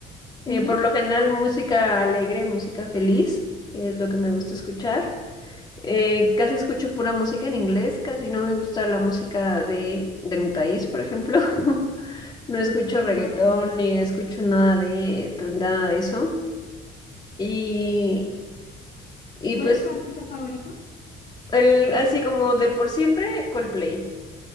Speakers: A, on the left (about 25°); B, on the left (about 55°).
A: Eh,
B: Ujú.
A: por lo general música alegre, música feliz, es lo que me gusta escuchar. Eh, casi escucho pura música en inglés, casi no me gusta la música de, de mi país, por ejemplo. <laughs> No escucho reggaetón
B: No, te entiendo.
A: ni escucho nada de, pues, nada de eso. Y, y
B: ¿Y cuál
A: pues
B: es tu artista favorito?
A: el, así como de por siempre, Coldplay.